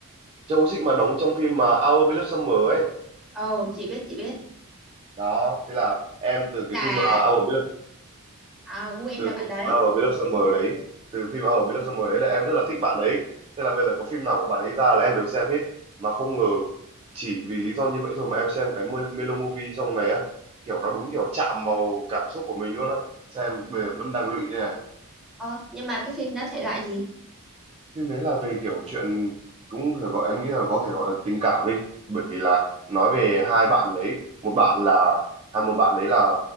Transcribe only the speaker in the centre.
ồ chị biết chị biết
là
à, gu em
là bạn
đấy
ờ nhưng mà cái phim đó thể loại gì